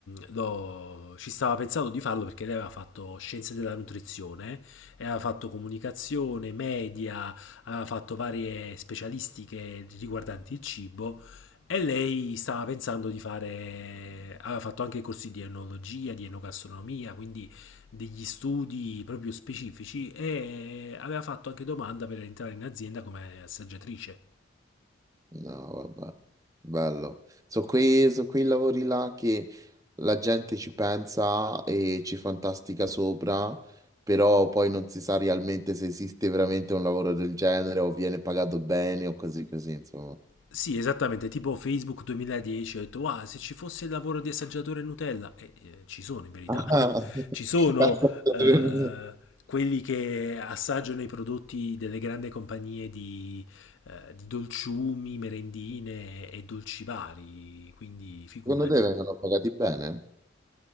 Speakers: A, on the left (about 85°); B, on the right (about 20°).
A: lo- ci stava pensando di farlo perché lei aveva fatto scienze della nutrizione, e aveva fatto comunicazione, media, aveva fatto varie specialistiche riguardanti il cibo e lei stava pensando di fare, aveva fatto anche corsi di enologia, di enogastronomia, quindi degli studi proprio specifici e aveva fatto anche domanda per entrare in azienda come assaggiatrice.
B: No, vabbè, bello. Sono quei, so quei lavori là che la gente ci pensa e ci fantastica sopra, però poi non si sa realmente se esiste veramente un lavoro del genere o viene pagato bene o così così, insomma.
A: Sì, esattamente, tipo Facebook 2010, ho detto, wow, se ci fosse il lavoro di assaggiatore Nutella, e eh, ci sono in verità,
B: Ah.
A: <laughs>
B: <laughs>
A: ci sono eh, quelli che assaggiano i prodotti delle grandi compagnie di, eh, di dolciumi, merendine e dolci vari, quindi figurati.
B: Secondo te vengono pagati bene?